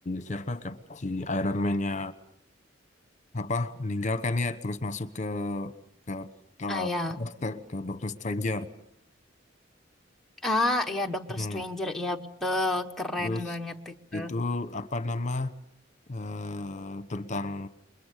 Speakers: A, on the left; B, in the centre.
A: siapa Cap- si Iron Man-nya apa meninggalkan ya terus masuk ke ke ke,
B: Ah ya,
A: ke, ke Doctor Stranger.
B: ah ya Doctor
A: Hmm.
B: Stranger ya betul keren
A: Terus
B: banget itu.
A: itu apa nama eh, tentang